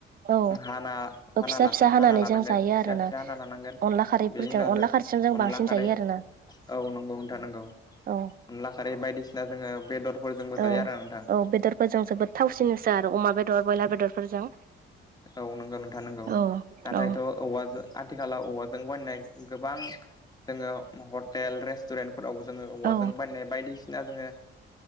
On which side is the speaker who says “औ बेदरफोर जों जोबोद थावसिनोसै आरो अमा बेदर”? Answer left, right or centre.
Right